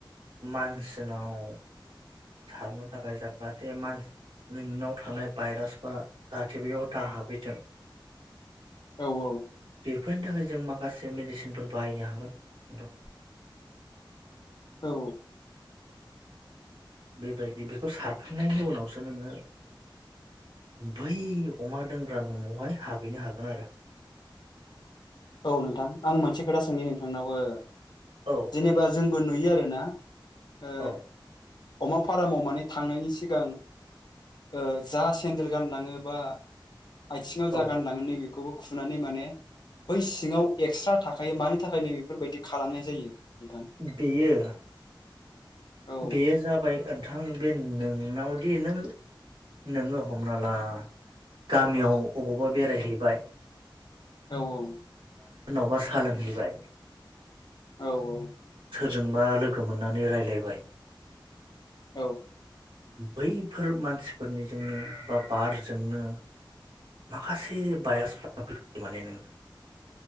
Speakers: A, on the right; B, on the left.
A: मानसिनाव सारनो थाखाय जाहाथे मान नोंनाव थानाय भाइरास बा जाहाथे बेयाव दा हाबहैथों
B: औ औ
A: बेफोरनि थाखाय जों माखासे मेडिसिनफोर बाहायनो हागोन नोंथां
B: औ
A: बेबायदि बेखौ सारखांनायनि उनावसो नोङो बै अमा दोनग्रा न'वावहाय हाबहैनो हागोन आरो <inaudible>
B: औ नोंथां आं मोनसे खोथा सोंनि नोंथांनाव ओ
A: औ
B: जेनेबा जों बो नुयो आरोना ओ
A: औ
B: अमा फारामाव माने थांनायनि सिगां ओ जा सेन्देल गानलाङो बा आथिङाव जा
A: औ
B: गानलाङो नैबेखौबो खुनानै माने बै सिङाव एक्सट्रा थाखायो मानि थाखाय नै बेफोरबादि खालामनाय जायो नोंथां
A: बेयो
B: औ
A: बेयो जाबाय नोंथां बे नोंनावदि नों नोङो हमना ला गामियाव अबावबा बेरायहैबाय
B: औ औ
A: अबबा सा लोंहैबाय
B: औ औ
A: जोंबा लोगो मोननानै रायलायबाय
B: औ
A: बैफोर मानसिफोरनिजोंनो बा बारजोंनो माखासे बायरासफोर फैयो माने नों